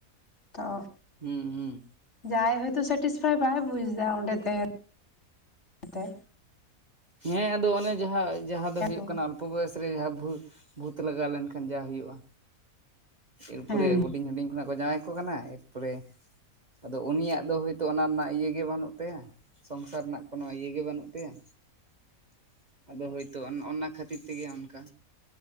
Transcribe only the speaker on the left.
ᱛᱚ
ᱡᱟᱣᱟᱭ ᱦᱚᱳᱭᱛᱳ ᱥᱟᱴᱤᱥᱯᱷᱟᱭ ᱵᱟᱭ ᱵᱩᱡ ᱮᱫᱟ ᱚᱰᱮᱸ ᱛᱟᱸᱦᱮ ᱛᱮ᱾
ᱠᱚ
ᱦᱮᱸ